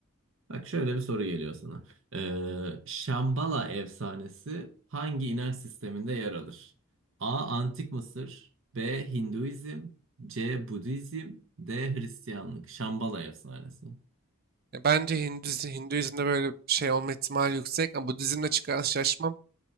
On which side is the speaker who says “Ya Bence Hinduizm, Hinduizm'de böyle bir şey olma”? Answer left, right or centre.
Right